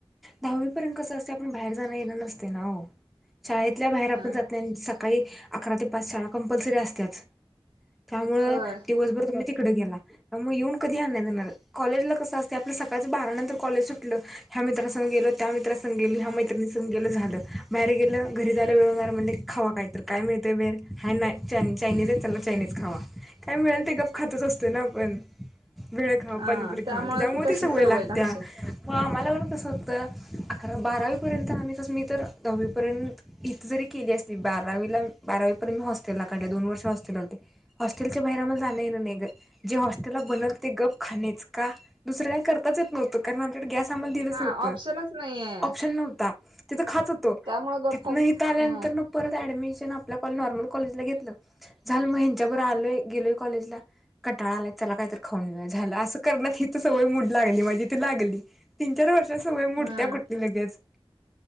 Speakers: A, in the centre; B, on the right.
A: दहावी पर्यंत कसं असतय आपण बाहेर जाण येणार नसतय ना ओ शाळेतल्या बाहेर आपण
B: हा.
A: जात नाही सका- काही अकरा ते पाच शाळा कंपल्सरी असत्याच त्यामुळ
B: होय
A: दिवसभर तुम्ही- तिकड गेला मग येऊन कधी आण येणार, कॉलेजला कसं असते आपल्या सकाळच बारा नंतर कॉलेज सुटलं, ह्या मित्रां गेलं, त्या मित्रा संग गेलं, ह्या मैत्रिणी संग गेलं झालं, बाहेर गेलं घरी जायला वेळ व्हायला म्हणलं की खावा काय तर काय मिळतंय बेर हाय नाय चायनीज आहे, चला चायनीज खावा. काय मिळेल ते गप खातचं असतो ना आपण. भेळ खावं,
B: हा
A: पाणीपुरी
B: त्यामुळे
A: खावा, त्याच्यामुळे
B: तशी
A: ती सवय लागत्या
B: लागते.
A: व आम्हाला कसं तर अकरा बारावीपर्यंत आम्ही तसं मी तर दहावीपर्यंत इथे जरी केली असती, बारावीला बारावीपर्यंत मी हॉस्टेलला काढले, दोन वर्ष मी हॉस्टेला काढले. हॉस्टेलच्या बाहेर आम्हाला जाणं येणं नाही ग. जे हॉस्टेलला बनल ते गप खाणेच का? दुसरं काही करताच येत नव्हतं, कारण आमच्याकडे गॅस आम्हाला दिलंच
B: हा
A: न्हवतं.
B: ऑप्शनच नाहीये
A: ऑप्शन नव्हता तिथं खात होतो,
B: त्यामुळे गप्प
A: तिथंन इथं आल्यानंतर
B: हा
A: परत ऍडमिशन आपल्या कॉल नॉर्मल कॉलेजला घेतलं. झालं मग ह्यांच्याबर आलोय, गेलोय कॉलेजला. कटाळा आलाय चला काय तर खाऊन येऊ, झालं असं करण्यात इथं सवय मूड लागली म्हणजे ती लागली. तीन चार वर्षात सवय मुडत्या
B: हा
A: कुठली लगेच?